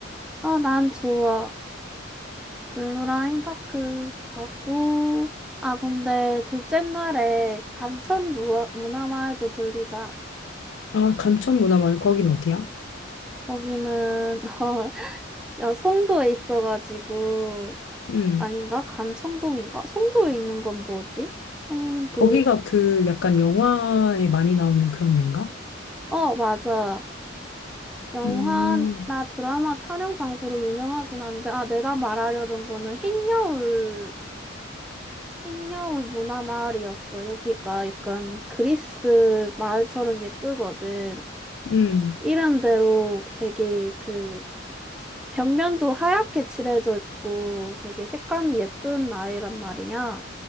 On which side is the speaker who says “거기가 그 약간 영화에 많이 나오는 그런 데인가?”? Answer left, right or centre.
Left